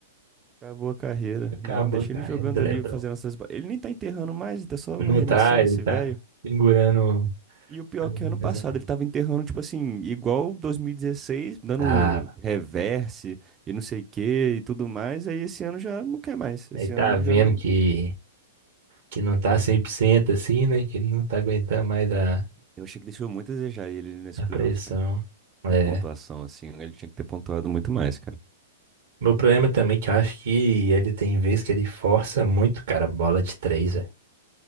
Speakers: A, on the right (about 20°); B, on the right (about 65°).
A: Acabou a carreira.
B: Acabou
A: Não, deixa
B: a carreira
A: ele jogando
B: do LeBron.
A: ali, fazendo essas. ba- Ele nem tá enterrando mais, ele tá só
B: Não
A: arremessando
B: tá, ele
A: esse
B: tá
A: velho.
B: segurando,
A: E o pior
B: segurando
A: que ano
B: mais
A: passado
B: a... mão.
A: ele tava enterrando, tipo assim, igual 2016, dando
B: Ah,
A: reverse e não sei o que e tudo mais. Aí esse ano já não quer mais. Esse
B: ele tá
A: ano ele
B: vendo
A: já. não-
B: que, que não tá 100% assim, né? Que não tá aguentando mais a,
A: Eu achei que deixou muito a desejar ele nesse
B: a
A: playoffs,
B: pressão.
A: cara.
B: É.
A: A pontuação, assim, ele tinha que ter pontuado muito mais, cara.
B: Meu problema também é que eu acho que ele tem vezes que ele força muito, cara, bola de três, velho.